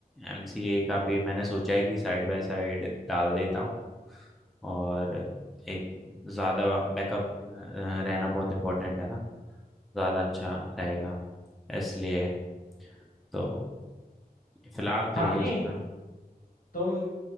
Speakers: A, in the centre; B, on the left (about 60°).
A: एमसीए का भी मैंने सोचा है कि साइड बाय साइड डाल देता हूँ और एक ज़्यादा बैकअप रहना बहुत इम्पोर्टेंट है ना ज़्यादा अच्छा रहेगा इसलिए तो फिलहाल तो
B: हाँ
A: यही
B: नहीं
A: चला
B: तुम